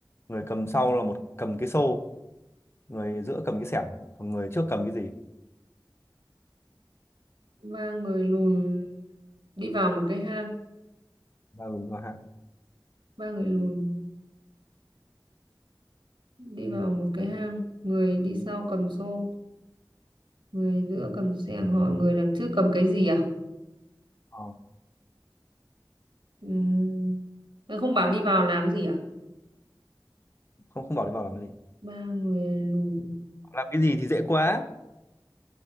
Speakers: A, on the left; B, on the right.
A: người cầm sau là một cầm cái xô người giữa cầm cái xẻng còn người trước cầm cái gì
B: ba người lùn đi vào một cái hang
A: ba người vào hang
B: ba người lùn đi vào một cái hang người đi sau cầm xô người giữa cầm xẻng hỏi người đằng trước cầm cái gì à
A: Ờ,
B: Ừm, nó không bảo đi vào làm gì à
A: không không bảo đi vào làm cái gì
B: ba người lùn
A: làm cái gì thì dễ quá